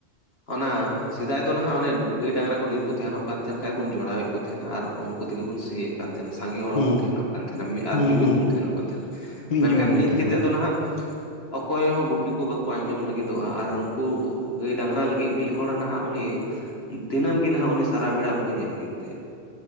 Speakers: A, on the left (about 60°); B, on the left (about 40°).
A: ᱚᱱᱟ ᱥᱮᱫᱟᱭ ᱫᱚ ᱱᱟᱦᱟᱜ ᱚᱱᱮ ᱜᱟᱹᱭ ᱰᱟᱝᱨᱟ ᱠᱚ ᱰᱷᱮᱨ ᱠᱚ ᱛᱟᱦᱮᱱᱚᱜ ᱠᱟᱱ ᱛᱟᱦᱮᱱ ᱠᱷᱟᱱᱡ ᱵᱚᱱ ᱡᱚᱲᱟᱣᱮᱫ ᱠᱚ ᱛᱟᱦᱮᱱᱟ ᱟᱨ ᱩᱱᱠᱩ ᱛᱮᱜᱮ ᱵᱚᱱ ᱥᱤᱭᱮᱫ ᱠᱟᱱ ᱛᱟᱦᱮᱱᱟ᱾ ᱥᱟᱸᱜᱮ ᱦᱚᱲ ᱦᱚᱸᱵᱚᱱ
B: ᱦᱩᱸ
A: ᱛᱟᱦᱮᱱᱚᱜ ᱠᱟᱱ ᱛᱟᱦᱮᱱᱟ, ᱢᱤᱫ
B: ᱦᱩᱸ
A: ᱟᱨ ᱡᱩᱢᱤᱫ
B: ᱦᱩᱸ
A: ᱵᱚᱱ
B: ᱦᱩᱸ
A: ᱛᱟᱦᱮᱱᱚᱜ ᱠᱟᱱ ᱛᱟᱦᱮᱱᱟ᱾
B: ᱢᱤᱫ
A: ᱢᱮᱱᱠᱷᱟᱱ
B: ᱡᱩᱢᱤᱫ ᱵᱚᱱ
A: ᱱᱤᱛ
B: ᱛᱟᱦᱮᱱ
A: ᱠᱟᱛᱮᱫ
B: ᱢᱟ
A: ᱫᱚ ᱱᱟᱦᱟᱜ ᱚᱠᱚᱭ ᱦᱚᱸ ᱜᱩᱯᱤ ᱠᱚ ᱵᱟᱠᱚ ᱟᱸᱡᱚᱢ ᱞᱟᱹᱜᱤᱫᱚᱜᱼᱟ ᱟᱨ ᱩᱱᱠᱩ ᱜᱟᱹᱭ ᱰᱟᱝᱨᱟ ᱞᱟᱹᱜᱤᱫ ᱢᱤᱫ ᱦᱚᱲ ᱱᱟᱦᱟᱜ ᱩᱱᱤ ᱫᱤᱱᱟᱹᱢ ᱜᱮ ᱱᱟᱦᱟᱜ ᱩᱱᱤ ᱥᱟᱨᱟ ᱵᱮᱲᱟ ᱩᱱᱠᱩ ᱧᱮᱞ ᱦᱩᱭᱩᱜ ᱛᱟᱭᱟ᱾